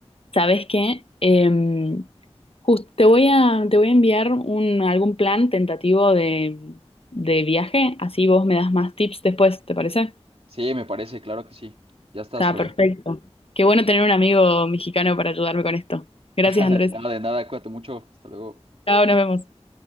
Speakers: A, on the left (about 60°); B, on the right (about 65°).
A: ¿sabes qué? Em, jus- te voy a, te voy a enviar un, algún plan tentativo de, de viaje, así vos me das más tips después, ¿te parece?
B: sí, me parece, claro que sí, ya está,
A: Está
B: Zoe.
A: perfecto. Qué bueno tener un amigo mexicano para ayudarme con esto. Gracias,
B: <laughs>
A: Andrés.
B: Nada de nada, cuídate mucho, hasta luego.
A: Chao, nos vemos.